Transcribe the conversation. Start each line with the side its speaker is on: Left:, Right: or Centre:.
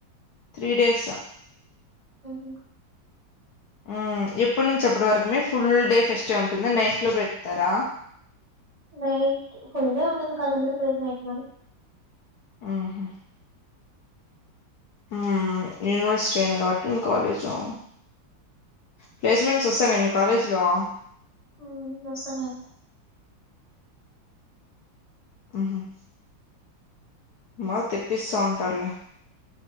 Left: త్రీ డేసా.
Right: ఉహ్.
Left: ఉమ్ ఎప్పటుంచి అప్పటి వరకుమే ఫుల్ డే ఫెస్టు ఉంటుందా నైట్లో పెడతారా.
Right: నైట్ ఫుల్ డే ఉంటుంది కానిబరి పోయేది నైట్లోనే.
Left: ఉమ్మ్. ఉమ్ యూనివర్సిటీది కాబట్టి మీ కాలేజ్లో. ప్లేస్మెంట్స్ ఓస్తాలే మీ కాలేజ్లో.
Right: ఉమ్ వస్తున్నాయంట.
Left: ఉమ్ ఉహ్. మాకు తెప్పిస్తా ఉంటారులే